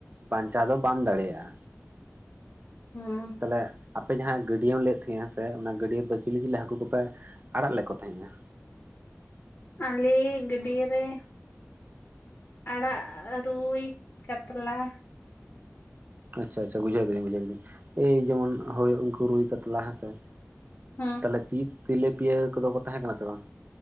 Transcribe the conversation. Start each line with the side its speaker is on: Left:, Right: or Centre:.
Right: ᱵᱟᱧᱪᱟᱣ ᱫᱚ ᱵᱟᱢ ᱫᱟᱲᱮᱭᱟᱜ-ᱟ
Left: ᱦᱩᱸ
Right: ᱛᱟᱦᱞᱮ᱾ ᱟᱯᱮ ᱡᱟᱦᱟᱸ ᱜᱟᱹᱰᱭᱟᱹᱢ ᱞᱟᱹᱭᱮᱫ ᱛᱟᱦᱮ-ᱟ ᱦᱮᱥᱮ ᱚᱱᱟ ᱜᱟᱹᱰᱭᱟᱹᱫᱚ ᱪᱤᱞᱤ ᱪᱤᱞᱤ ᱦᱟᱹᱠᱩ ᱠᱚᱯᱮ ᱟᱲᱟᱜ ᱞᱮᱠᱚ ᱛᱟᱦᱮᱜ-ᱟ᱾
Left: ᱟᱞᱮ ᱜᱟᱹᱰᱭᱟᱹ ᱨᱮ ᱟᱲᱟᱜ ᱨᱩᱭ ᱠᱟᱛᱞᱟ
Right: ᱟᱪᱪᱷᱟ ᱟᱪᱪᱷᱟ ᱵᱩᱡᱷᱟᱹᱣ ᱠᱮᱫᱟᱹᱧ ᱵᱩᱡᱟᱹᱣ ᱠᱮᱫᱟᱹᱧ ᱮᱭ ᱡᱮᱢᱚᱱ ᱦᱳᱭ ᱩᱱᱠᱩ ᱨᱩᱭ ᱠᱟᱛᱞᱟ ᱦᱮᱸ ᱥᱮᱼᱼ
Left: ᱦᱩᱸ
Right: ᱛᱟᱦᱞᱮ <unintelligible> ᱛᱮᱞᱮᱯᱤᱭᱟᱹ ᱠᱚᱫᱚ ᱠᱚ ᱛᱟᱦᱮᱸ ᱠᱟᱱᱟ ᱥᱮ ᱵᱟᱝ?